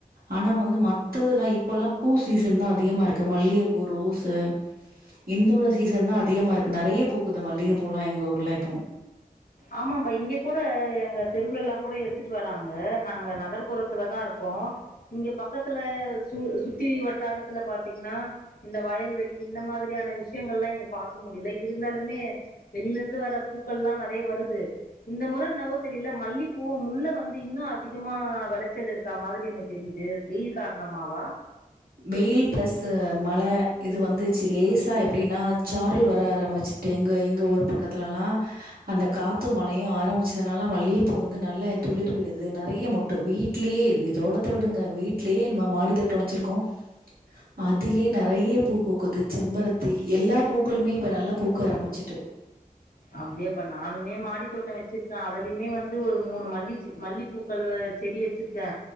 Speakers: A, on the right (about 75°); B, on the left (about 70°).
A: ஆனா வந்து மத்ததுல இப்பெல்லா பூ சீசன்தா அதிகமா இருக்கு மல்லிகைப்பூ, ரோஸு இந்தோட சீசன்தா அதிகமா இருக்கு நெறயா பூக்குது மல்லிகை பூ எல்லா எங்க ஊர்ல இப்போ
B: ஆமான்ப்பா இங்கே கூட எங்க தெருவுல எல்லா கூட எடுத்துட்டு வராங்க நாங்க நகர்புறத்திலதா இருக்கோ இங்க பக்கத்துல சு சுத்தி வட்டாரத்துல பாத்தீங்னா இந்த வயல்வெளி இந்த மா திரியான விஷ்யங்க எல்லா இங்க பாக்க முடில இருந்தாலுமே வெளில இருந்து வர பூக்கள்ல்லா அப்டியே வருது இந்த முற என்னவோ தெரில மல்லிப்பூ, முள்ள வந்து இன்னு அதிகமா விளைச்சல் இருக்க மாதிரி எனக்கு தெரியுது வெயில் காரணமாவா
A: வெயில் பிளஸ் மழை இது வந்துச்சு லேசா எப்டினா சாரல் வர ஆரம்பிச்சு ங்க எங்க ஊர் பக்கத்துல எல்லா அந்த காத்து மலையு ஆரம்பிச்சதுனால மல்லியப்பூ வந்து அது நல்லா துளிர்விடுது நெறயா மொட்டு வீட்லயே நீங்க தோடத்த விடுங்க வீட்லயே நம்ம மாடி தோட்டோ வெச்சிருக்கோ அதிலயே நெறய பூ பூக்குது செம்பரத்தி எல்லா பூக்களுமே இப்ப நல்லா பூக்க ஆரம்பிச்சிட்டு
B: அப்டியாப்பா நானுமே மாடித்தோட்டோ வெச்சிருக்கே அதிலயுமே வந்து ஒரு மூணு மல்லிச் மல்லிப்பூக்கள் செடி வெச்சிருக்கே